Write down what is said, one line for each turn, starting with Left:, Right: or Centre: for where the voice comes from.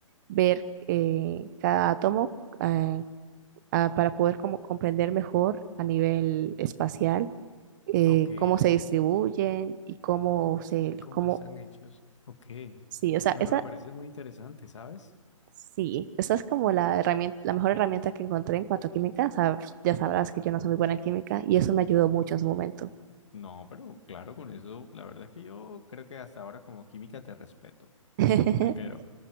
Right: ver eh, cada átomo eh, ah, para poder como comprender mejor a nivel espacial eh,
Left: ok.
Right: cómo se distribuyen y cómo se,
Left: y cómo
Right: cómo,
Left: están hechos. Ok.
Right: sí, o sea,
Left: Bueno,
Right: esa,
Left: me parece muy interesante, ¿sabes?
Right: sí, esa es como la herramienta, la mejor herramienta que encontré en cuanto a química. Sab- ya sabrás que yo no soy muy buena en química y eso me ayudó mucho en su momento.
Left: No, pero claro, con eso, la verdad es que yo creo que hasta ahora como química te respeto,
Right: <laughs>
Left: <laughs> primero.